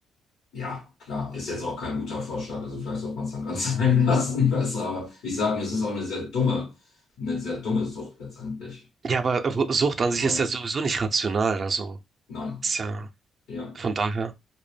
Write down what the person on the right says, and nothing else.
Ja, aber Ru- Sucht an
sich ist ja sowieso nicht rational, also
ist ja
von daher,